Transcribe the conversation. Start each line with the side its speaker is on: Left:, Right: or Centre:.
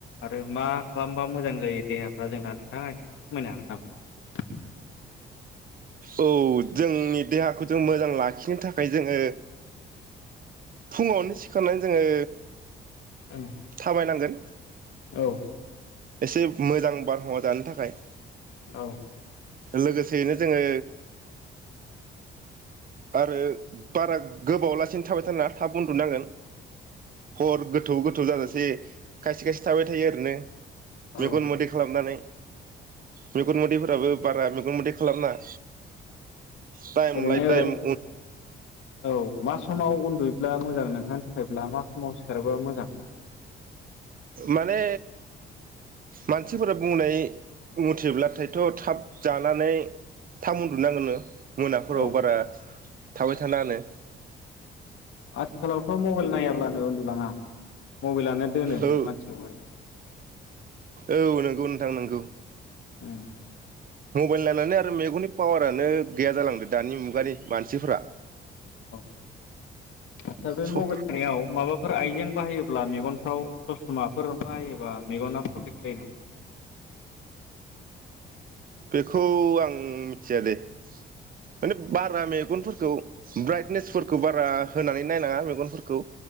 Left: आरो मा खालामबा मोजां जायो देहाफ्रा जोंना नोंथाङा एसे फोरमायनो हागोन नामा?
Right: औ जोंनि देहाखौ जों मोजां लाखिनो थाखाय जोङो फुङावनो सिखारनानै जोङो
Left: ओम
Right: थाबायनांगोन
Left: औ
Right: एसे मोजां बारहावा जानो थाखाय
Left: औ
Right: लोगोसेयैनो जोङो आरो बारा गोबावलासिनो थाबाय थानांआ थाब उन्दुनांगोन। हर गोथौ गो थौ जाजासे खायसे खायसे थाबाय थायो आरोने। मेगन
Left: औ
Right: मोदै खालामनानै मेगन मोदैफोराबो बारा मेगन मोदै खालाम‌ नाङा। टाइम
Left: ओरैनो
Right: लायद टाइम
Left: औ मा समाव उन्दुयोब्ला मोजां नोंथांनि थाखाय? ब्ला मा समाव सिखारो बा मोजां
Right: माने मानसिफोरा बुंनाय मथेब्लाथायथ' थाब जानानै थाब उन्दनांगो नो। मोनाफोराव
Left: औ
Right: बारा थाबाय थानांङा नो
Left: आथिखालावथ' मबाइल नायाब्लानो उन्दु लांङा मबाइलानो दोनो
Right: औ
Left: मानसिखौहाय
Right: औ नोंगौ नोंथां नोंगौ
Left: उम
Right: मबाइल नायनानै आरो मेगननि पावारानो गैया जालांदो दानि मुगानि मानसिफोरा
Left: औ आटसा बे
Right: स'
Left: मबाइल नायनायाव माबा फोर आइजें बाहायोब्ला मेगनफ्राव ससमा फोर बाहायोबा मेगना प्रटेक्ट जायो नामा?
Right: बेखौ आं मिथिया दै माने बारा मेगनफोरखौ ब्राइटनेसफोरखौ बारा होनानै नायनांङा मेगनफोरखौ